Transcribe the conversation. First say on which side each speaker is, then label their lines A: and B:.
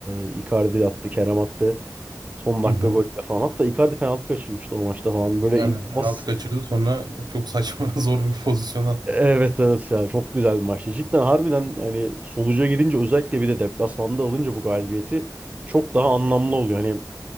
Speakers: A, on the right; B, on the right.
A: e, Icardi attı Kerem attı son dakika
B: Hı hı.
A: golüyle falan hatta Icardi penaltı kaçırmıştı o maçta falan böyle
B: Yani
A: inanılmaz
B: penaltı kaçırdı sonra çok saçma <laughs> zor bir pozisyon attı.
A: evet evet ya çok güzel bir maçtı cidden harbiden hani sonuca gidince özellikle bir de deplasmanda alınca bu galibiyeti çok daha anlamlı oluyor hani